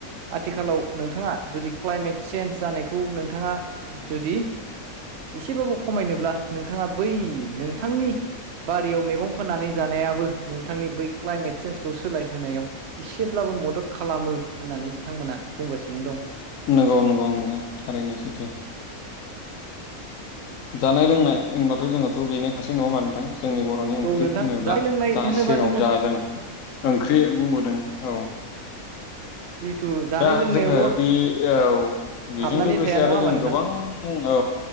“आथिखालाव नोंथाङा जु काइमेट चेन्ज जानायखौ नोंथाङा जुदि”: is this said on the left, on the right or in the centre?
Right